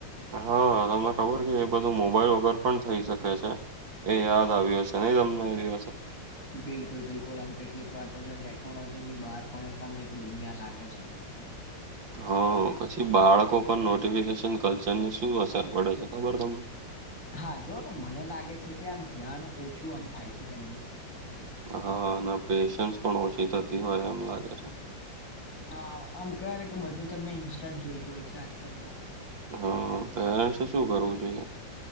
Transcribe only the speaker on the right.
હા તમને ખબર કે એ બધું મોબાઈલ વગર પણ થઇ શકે છે એ યાદ આવ્યું હશે નહી તમને એ દિવસે
હા પછી બાળકો પર નોટિફિકેશન કલ્ચરની શું અસર પડે છે ખબર તમને
હા અને પેશન્સ પણ ઓછી થતી હોય એમ લાગે છે
હા પેરેન્ટ્સે શું કરવું જોઈએ